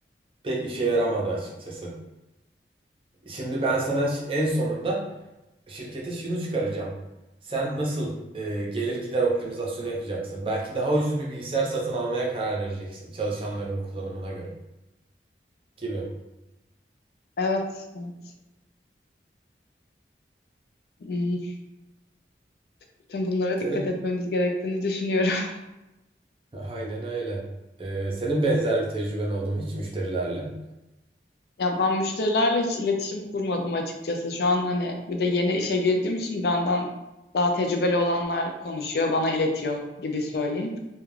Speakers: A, on the right (about 30°); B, on the left (about 65°).
A: pek işe yaramadı açıkçası. Şimdi ben sana ş- en sonunda şirkete şunu çıkaracağım. Sen nasıl e, gelir gider optimizasyonu yapacaksın? Belki daha ucuz bir bilgisayar satın almaya karar vereceksin çalışanlarının kullanımına göre gibi.
B: Evet, evet. Hmm, Bütün bunlara
A: Senin
B: dikkat etmemiz gerektiğini düşünüyorum. <laughs>
A: aynen öyle. E, senin benzer bir tecrüben oldu mu hiç müşterilerle?
B: Ya ben müşterilerle hiç iletişim kurmadım açıkçası. Şu an hani bir de yeni işe girdiğim için benden daha tecrübeli olanlar konuşuyor, bana iletiyor gibi söyleyeyim.